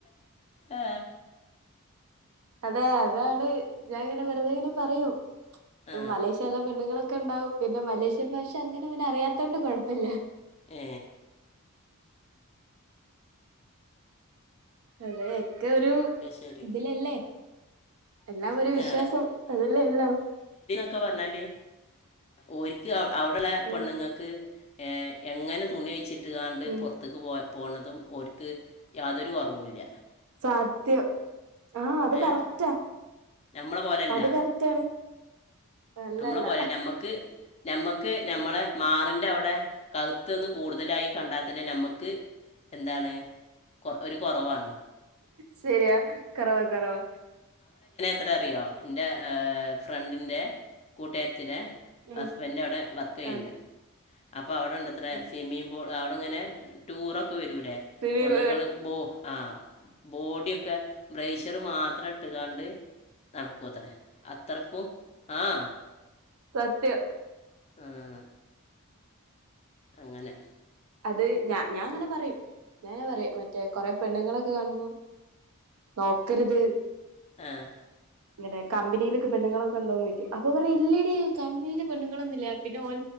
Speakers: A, on the left (about 30°); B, on the right (about 70°).
A: ആ
B: അതെ അതാണ് ഞാനിങ്ങനെ വെറുതെ ഇങ്ങനെ പറയൂ
A: ആ
B: മലേഷ്യ നല്ല പെണ്ണുങ്ങളൊക്കെ ഉണ്ടാവും പിന്നെ മലേഷ്യ ഭാഷ അങ്ങനെ അവന് അറിയാതോണ്ട് കുഴപ്പില്ല
A: ഏ
B: അതെ ഒക്കെ ഒരു
A: ശരി
B: ഇതിലല്ലേ എല്ലാം ഒരു
A: ആ,
B: വിശ്വാസം അതല്ലേ എല്ലാം
A: ക്കെ പറഞ്ഞാല് ഒരിക്ക് അവിടെള്ള
B: ഉം,
A: പെണ്ണുങ്ങൾക്ക് എങ്ങനെ തുണി വെച്ചിട്ട്ണ്ട്
B: ഉം.
A: പുറത്തേക്ക് പോകൻ പോണതും ഒരുക്ക് യാതൊരു കുറവില്ല
B: സത്യം ആ അത്
A: ഏഹ്
B: കറക്റ്റാ
A: നമ്മളെ പോലെയല്ല
B: അത് കറക്റ്റാണ് അല്ല
A: നമ്മളെ
B: അല്ല
A: പോലെ നമ്മക്ക് നമ്മക്ക് ക്ക് നമ്മള് മാറിന്റെ അവിടെ കഴുത്തൊന്ന് കൂടുതലായി കണ്ടാൽത്തന്നെ നമ്മുക്ക് എന്താണ് കൊ ഒരു കുറവാണ്
B: ശരിയാ കുറവാ കുറവാ
A: ത്ര അറിയോ എൻ്റെ ഫ്രണ്ടിൻ്റെ കൂട്ടുകാരിത്തിടെ
B: ഉം
A: ഹസ്ബൻഡ് അവിടെ വർക്ക് ചെയ്യണ്ട്
B: ആ
A: അവിടെ ഉണ്ടത്ര
B: ആ
A: സ്വിമ്മിംഗ്പുൾ അവിടെങ്ങനെ ടൂറൊക്കെ വരൂലേ
B: സിനിമ
A: പെണ്ണുങ്ങളും ബു ആ ബോഡിയൊക്കെ ബ്രയിശർ മാത്രം ഇട്ട് കാണ്ട് നടക്കും ക്കത്ര ആത്തരക്കു ആഹ
B: സത്യ
A: ആഹ അങ്ങനെ
B: അത് ഞാൻ ഞാൻ അങ്ങനെ പറയും ഞെ പറയും മറ്റേ കൊറെ പെണ്ണുങ്ങളൊക്കെ കാണുമ്പോം നോക്കരുത്
A: ആഹ
B: ഇങ്ങടെ കമ്പനിയിലൊക്കെ പെണ്ണുൊക്കെണ്ടോന്ന് നോക്ക അപ്പൊ പറ ഇല്ല കമ്പനിൽ പെണ്ണുങ്ങളൊന്നുംല്ല പിന്നെ ഓ